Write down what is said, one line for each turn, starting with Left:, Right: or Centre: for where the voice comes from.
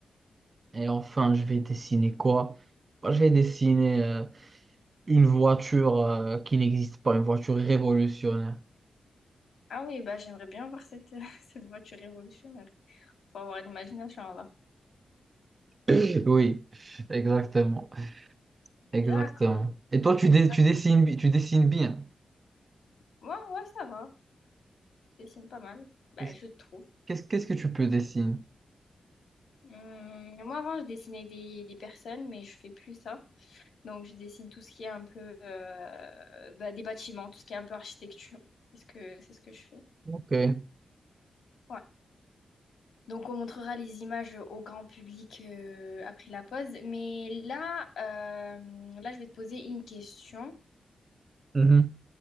Right: et enfin, je vais dessiner quoi? Bah, Je vais dessiner euh, une voiture euh, qui n'existe pas, une voiture révolutionnaire.
Left: Ah oui, bah, j'aimerais bien voir cette, <laughs> cette voiture révolutionnaire. Faut avoir l'imagination là.
Right: <laughs> Oui, exactement. Exactement.
Left: D'accord,
Right: Et toi, tu, dé-
Left: d'accord.
Right: tu dessines, bi- tu dessines bien.
Left: Moi, ouais, ça va. Je dessine pas mal. Bah,
Right: Est-ce-
Left: je trouve.
Right: Qu'est-ce qu'est-ce que tu peux dessiner?
Left: Hum, moi, avant, je dessinais des, des personnes, mais je fais plus ça. Donc, je dessine tout ce qui est un peu euh, bah, des bâtiments, tout ce qui est un peu architecture. C'est ce que, c'est ce que je fais.
Right: Ok.
Left: Ouais. Donc, on montrera les images au grand public euh, après la pause. Mais là, euh, là, je vais te poser une question.
Right: Mhm.